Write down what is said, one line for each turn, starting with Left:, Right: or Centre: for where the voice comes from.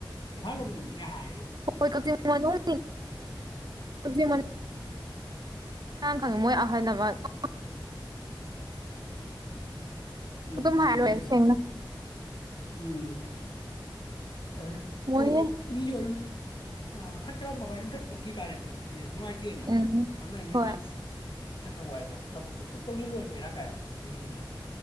Left: ꯏꯝꯐꯥꯜ ꯂꯣꯝꯗꯅꯤꯒ ꯍꯥꯏ
Right: ꯍꯣꯏ ꯀꯛꯆꯤꯡ ꯃꯅꯨꯡ ꯀꯛꯆꯤꯡ ꯍꯣꯏꯥꯡ ꯈꯪꯦ ꯃꯣꯏ ꯍꯅꯕꯥꯗ
Left: ꯎꯝ
Right: ꯑꯗꯨꯝ
Left: ꯑꯗꯨꯅꯤ
Right: ꯍꯥꯔ ꯑꯣꯏꯁꯅ
Left: ꯑꯩꯁꯦ ꯎꯝ ꯑꯗꯨ
Right: ꯃꯣꯏꯅ
Left: ꯄꯠꯇꯨ ꯃꯤꯖꯣꯂꯝ ꯑ ꯐ ꯇꯔꯥꯃꯉꯥ ꯑꯗꯨꯝꯊꯠ ꯇꯧꯈꯤ ꯀꯥꯟꯅꯗꯤ ꯃꯤꯗꯨ ꯅꯨꯡꯉꯥꯏꯇꯦꯌꯦꯅ
Right: ꯎꯝ
Left: ꯑꯗꯨꯅꯩꯅ
Right: ꯍꯣꯏ
Left: ꯅꯍꯥꯟ ꯅ ꯇꯧꯕ ꯍꯥꯏꯗꯣ ꯊꯕꯛꯇꯣ ꯊꯨꯛꯇꯧꯒꯤ ꯂꯣꯏꯕꯔꯥ ꯀꯥꯏꯑꯕ ꯁꯤꯅꯤꯗ